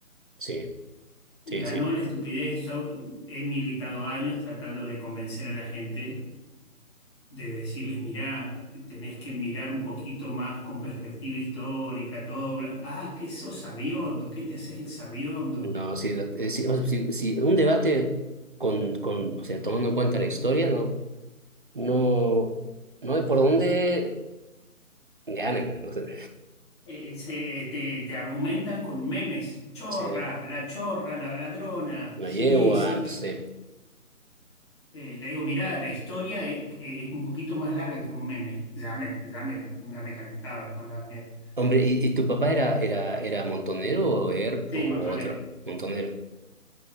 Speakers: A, on the right; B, on the left.
A: Sí, sí,
B: Ganó
A: sí.
B: la estupidez. Yo he militado años tratando de convencer a la gente, de decirles, mirá, tenés que mirar un poquito más con perspectiva histórica, todo. bla- Ah, que sos sabiondo, ¿qué te haces el sabiondo?
A: No, sí, la- eh, sí, o sea, sí, sí, un debate con, con, o sea, tomando en cuenta la historia, no, no, no hay por dónde. ganan, no sé,
B: eh, eh, se, te, te argumentan con memes. Chorra,
A: no sé,
B: la chorra, la ladrona.
A: no
B: Sí,
A: yegua,
B: sí.
A: no sé.
B: Eh, le digo, mirá, la historia eh, eh, es, un poquito más larga que un meme. Ya me, ya me, lo- ya me calentaba y los mandaba a la mierda.
A: Hombre, ¿y, y tu papá era, era, era montonero o ERP
B: Sí,
A: o
B: montonero.
A: otro? Montonero.